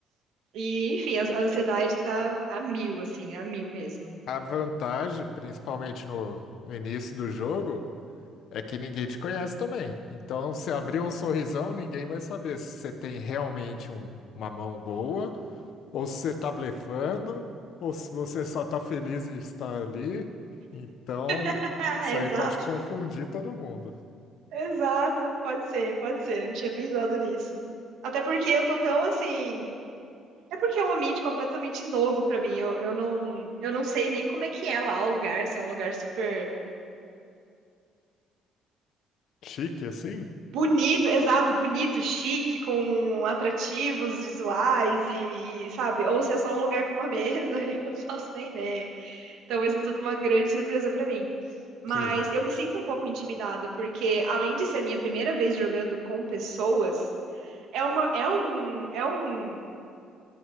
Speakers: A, on the right (about 80°); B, on the left (about 65°).
A: E, enfim, a a ansiedade tá a mil, assim, a mil mesmo.
B: A vantagem, principalmente no, no início do jogo, é que ninguém te conhece também. Então, se abrir um sorrisão, ninguém vai saber se você tem realmente um- uma mão boa, ou se você tá blefando, ou se você só tá feliz em estar ali. Então,
A: <laughs>
B: isso
A: Exato.
B: aí pode confundir todo mundo.
A: Exato, pode ser, pode ser. Não tinha pensado nisso. Até porque eu tô tão assim. É porque é um ambiente completamente novo pra mim. Eu, eu não, eu não sei nem como é que é lá o lugar. Se é um lugar super
B: Chique, assim?
A: bonito, exato, bonito, chique, com atrativos visuais e, sabe? Ou se é só um lugar com uma mesa, <laughs> eu não faço nem ideia. Então vai ser tudo uma grande surpresa pra mim. Mas
B: Sim.
A: eu me sinto um pouco intimidada, porque além de ser a minha primeira vez jogando com pessoas. é uma, é um, é um,